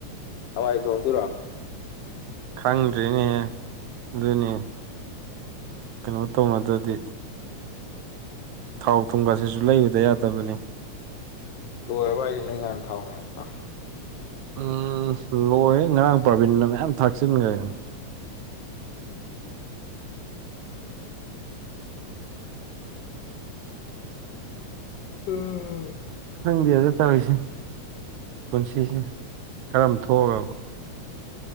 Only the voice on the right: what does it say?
ꯈꯪꯗ꯭ꯔꯦꯅꯦꯍꯦ ꯑꯗꯨꯅꯦ ꯀꯩꯅꯣ ꯇꯧꯅꯗ꯭ꯔꯗꯤ ꯊꯥꯎ ꯊꯨꯝꯒꯁꯤꯁꯨ ꯂꯩꯕꯗ ꯌꯥꯗꯕꯅꯤ
ꯎꯝ ꯂꯣꯏ ꯉꯔꯥꯡ ꯄ꯭ꯔꯥꯕꯤꯟꯗ ꯃꯌꯥꯝ ꯊꯥꯛꯆꯤꯟꯈ꯭ꯔꯦꯒꯅ꯫
ꯈꯪꯗꯦ ꯑꯗ ꯇꯧꯔꯤꯁꯦ ꯄꯨꯟꯁꯤꯁꯦ ꯀꯔꯝ ꯊꯣꯛꯑꯕ